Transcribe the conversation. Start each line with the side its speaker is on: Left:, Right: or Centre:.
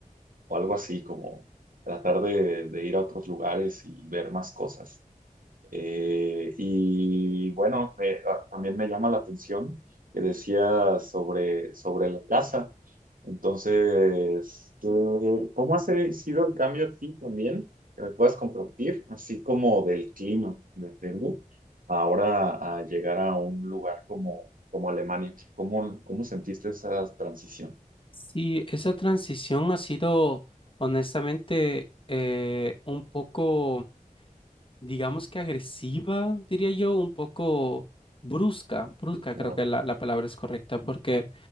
Right: o algo así, como tratar de, de ir a otros lugares y ver más cosas. Eh, y bueno, eh, a- también me llama la atención que decía sobre, sobre la casa entonces, tú, ¿cómo ha se- sido el cambio aquí también? Que me puedas compartir, así como del clima de Perú, ahora a llegar a un lugar como, como Alemania. ¿Cómo, cómo sentiste esa transición?
Left: Sí, esa transición ha sido honestamente eh, un poco, digamos que agresiva, diría yo, un poco brusca, brusca
Right: Sí, claro.
Left: creo que la, la palabra es correcta, porque,